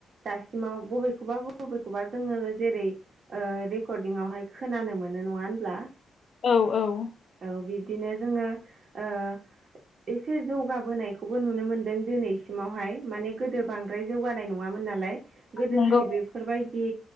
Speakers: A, on the right; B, on the left.
A: दासिमाव बबेखौबा बबेखौबा जोंङो जेरै रेकर्डिंआवहाय खोनानो मोनो नंङा होनब्ला
B: औ औ
A: बिदिनो जोंङो ओ एसे जौगाबोनायखौबो नुनो मोनदों दिनैसिमावहाय माने गोदो बांद्राय जौगानाय नंङामोन नालाय गोदोहाय
B: नंगौ
A: बेफोरबायदि।